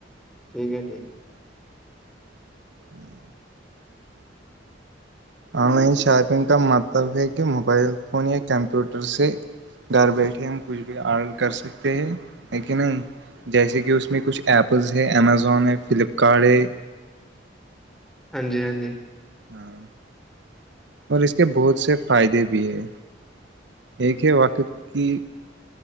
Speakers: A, in the centre; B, on the right.
A: ٹھیک ہے ٹھیک
B: ہاں آن لائن شاپنگ کا مطلب ہے کہ موبائل فون یا کمپیوٹر سے
A: ہے،
B: گھر بیٹھے ہم کچھ بھی آرڈر کر سکتے ہیں ہے کہ نہیں جیسے کہ اس میں کچھ ایپلز ہے امزون ہے فلپکارٹ ہے
A: ہاں جی ہاں جی
B: ہاں اور اس کے بہت سے فائدے بھی ہے ایک ہے واق جی